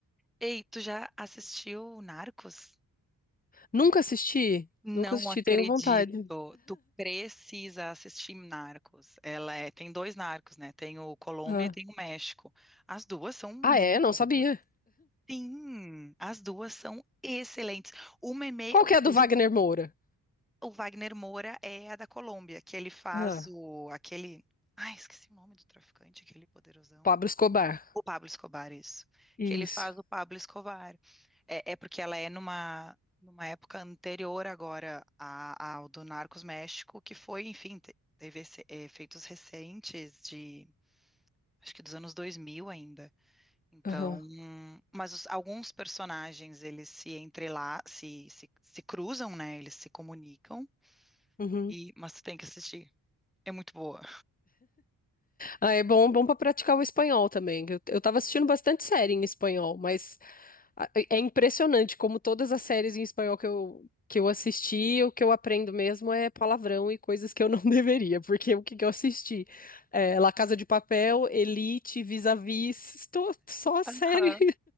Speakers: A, in the centre; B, on the left.
A: Ei, tu já assistiu Narcos?
B: Nunca assisti?
A: Não
B: Nunca assisti,
A: acredito.
B: tenho vontade.
A: Tu precisa assistir Narcos. Ela é, tem dois Narcos, né? Tem o Colômbia
B: Ah,
A: e tem o México. As duas são muito
B: ah é? Não
A: boas.
B: sabia.
A: Sim, as duas são excelentes. Uma é meio,
B: Qual que é a do
A: o
B: Wagner Moura?
A: o Wagner Moura é a da Colômbia, que ele faz
B: Ah,
A: o aquele, ai, esqueci o nome do traficante, aquele poderosão.
B: Pablo Escobar.
A: O Pablo Escobar, isso.
B: Isso.
A: Que ele faz o Pablo Escobar. É, é porque ela é numa, numa época anterior agora a- ao do Narcos México, que foi, enfim, te- teve esse- é, efeitos recentes de, acho que dos anos 2000 ainda. Então,
B: Aham.
A: mas os- alguns personagens, eles se entrela, se, se, se cruzam, né? Eles se comunicam,
B: Uhum.
A: e, mas tu tem que assistir. É muito boa.
B: Ah, é bom, bom para praticar o espanhol também. Eu, eu tava assistindo bastante série em espanhol, mas ah, é é impressionante como todas as séries em espanhol que eu, que eu assisti, o que eu aprendo mesmo é palavrão e coisas que eu não <laughs> deveria, porque o que que eu assisti? É, La Casa de Papel, Elite, Vis-a-Vis, tô- só
A: Aham.
B: série